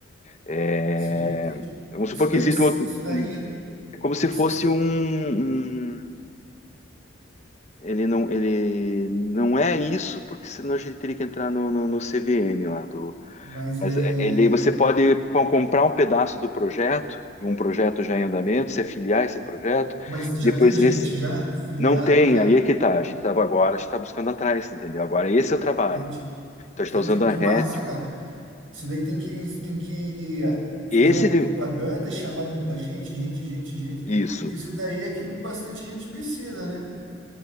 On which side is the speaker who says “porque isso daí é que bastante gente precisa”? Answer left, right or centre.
Right